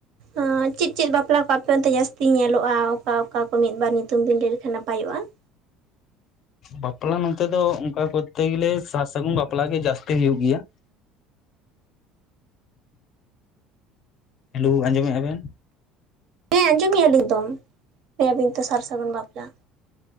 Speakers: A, on the right; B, on the left.
A: ᱮᱸ ᱪᱮᱫ ᱪᱮᱫ ᱵᱟᱯᱞᱟ ᱠᱚ ᱟᱯᱮ ᱚᱱᱛᱮ ᱡᱟᱹᱥᱛᱤ ᱧᱮᱞᱚᱜᱼᱟ? ᱚᱠᱟ ᱚᱠᱟ ᱠᱚ ᱢᱤᱫ ᱵᱟᱨ ᱧᱩᱛᱩᱢ ᱵᱤᱱ ᱞᱟᱹᱭ ᱞᱮᱠᱷᱟᱱ ᱱᱟᱯᱟᱭᱚᱜᱼᱟ ᱾
B: ᱵᱟᱯᱞᱟ ᱱᱚᱱᱛᱮ ᱫᱚ ᱚᱱᱠᱟ ᱠᱚᱨᱛᱮ ᱜᱮᱞᱮ ᱥᱟᱨᱼᱥᱟᱹᱜᱩᱱ ᱵᱟᱯᱞᱟ ᱜᱮ ᱡᱟᱹᱥᱛᱤ ᱦᱩᱭᱩᱜ ᱜᱮᱭᱟ ᱾ ᱦᱮᱞᱩ ᱟᱸᱡᱚᱢᱮᱜᱼᱟ ᱵᱮᱱ?
A: ᱦᱮᱸ ᱟᱸᱡᱚᱢᱮᱜ-ᱟ ᱞᱤᱧ ᱛᱚ, ᱞᱟᱹᱭᱮ-ᱟ ᱵᱤᱱ ᱛᱚ ᱥᱟᱨᱼᱥᱟᱹᱜᱩᱱ ᱵᱟᱯᱞᱟ ᱾